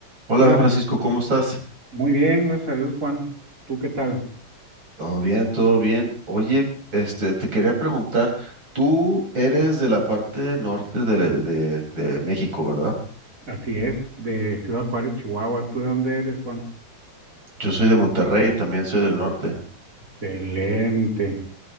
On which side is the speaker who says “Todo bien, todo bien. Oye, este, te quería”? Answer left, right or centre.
Right